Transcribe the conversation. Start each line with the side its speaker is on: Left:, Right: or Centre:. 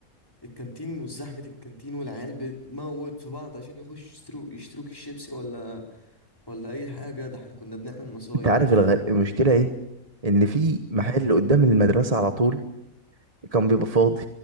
Left: الكانتين وزحمة الكانتين والعيال بتموت في بعض عشان يخش يشتروا يشتروا كيس شيبسي ولا ولا اي حاجة ده احنا كنا بنعمل مصايب
Right: انت عارف
Left: يا اخي
Right: الغ... المشكلة ايه ان في محل
Left: امم
Right: قدام المدرسة على طول كان بيبقى فاضي